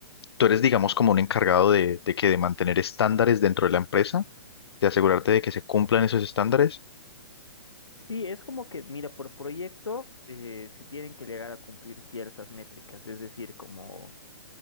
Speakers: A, on the left (about 65°); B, on the left (about 85°).
A: Tú eres, digamos, como un encargado de, de que de mantener estándares dentro de la empresa, de asegurarte de que se cumplan esos estándares.
B: Sí, es como que, mira, por proyecto eh, se tienen que llegar a cumplir ciertas métricas, es decir, como